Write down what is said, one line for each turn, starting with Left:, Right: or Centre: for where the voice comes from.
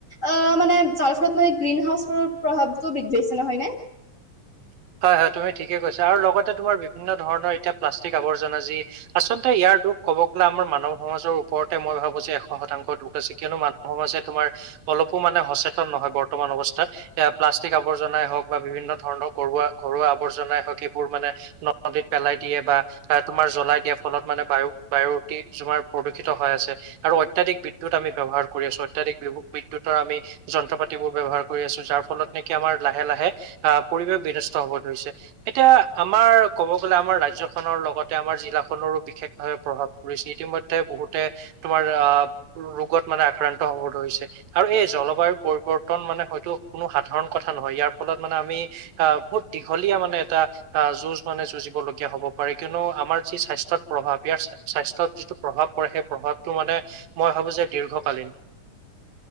Left: আহ মানে যাৰ ফলত মানে। গ্ৰীণ হাউচৰ প্ৰভাৱটো বৃদ্ধি পাইছে নহয় নে?
Right: <inaudible> হয়-হয় তুমি ঠিকে কৈছা আৰু লগতে তোমাৰ বিভিন্ন ধৰণৰ এতিয়া প্লাষ্টিক আৱৰ্জনা আজি আচলতে ইয়াৰ দুখ ক'ব গ'লে আমাৰ মানৱ সমাজৰ ওপৰতে মই ভাবো যে এশ শতাংশ দুখ আছে। কিয়নো মানৱ সমাজে তোমাৰ অলপো মানে সচেতন নহয় বৰ্তমান অৱস্থাত এ প্লাষ্টিক আৱৰ্জনাই হওক বা বিভিন্ন ধৰণক, ঘৰুা ঘৰুৱা আৱৰ্জনাই হক সেইবোৰ মানে নদীত পেলাই দিয়ে বা তুমাৰ জ্বলাই দিয়া ফলত মা নে বায়ু বায়ুতিক প্ৰদূষিত হয় আছে আৰু অত্যয়াধিক বিদ্যুত আমি ব্যৱহাৰ কৰি আছো, অত্যাধিক বি দ্যুৎৰ আমি যন্ত্ৰ পাতিবোৰ আমি ব্যৱহাৰ কৰি আছো, যাৰ ফলত নেকি আমাৰ লাহে-লাহে আহ, পৰিৱেশ বিনষ্ট হব ধৰিছে এতিয়া আমাৰ ক'ব গ'লে আমাৰ ৰাজ্যখনৰ লগতে আমাৰ জিলা, খনৰো বিশেষভাৱে প্ৰভাৱ পৰিছে ইতিমধ্যে বহুতে তোমাৰ আহ ৰোগত, মান আক্ৰান্ত হব ধৰিছে। আৰু এই জলবায়ুৰ পৰিৱৰ্তন মানে হয়তো কোনো সাধাৰণ কথা নহয়। ইয়াৰ ফলত মানে আমি, আহ বহুত দীঘলীয়া মানে এটা আহ যুঁজ মানে যুঁজিবলগীয়া হ'ব পাৰে কিয়নো আমাৰ যি স্বাস্থ্য, ত'ত প্ৰভাৱ ইয়াৰ স্বাস্থ্যত যিটো প্ৰভাৱ পৰে সেই প্ৰভাৱটো মানে মই ভাবো যে দীৰ্ঘকালীন। <inaudible>